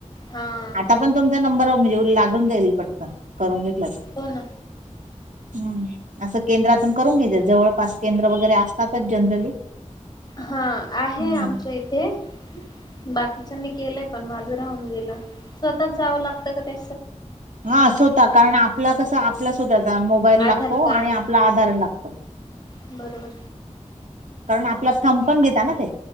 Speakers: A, on the left; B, on the right.
A: हा.
B: ता पण तुमच्या नंबरवर म्हणजे लागून जाईल पटकन करून घेतला तर
A: होन.
B: हम. असं केंद्रातून करून घ्याचे जवळपास केंद्र वगैरे असतातच जनरली.
A: हा आहे
B: हम्म.
A: आमच्या इथे बाकीच्यांनी केलंय पण माझं राहून गेलं स्वतःत जावं लागतं का त्या
B: हा अस होत कारण आपला कस? आपला सुद्धाचा मोबाईल
A: आधार
B: लागतो
A: कार्ड
B: आणि आपला आधार लागतो.
A: बरोबर.
B: कारण आपला थमपण घेेत ना ते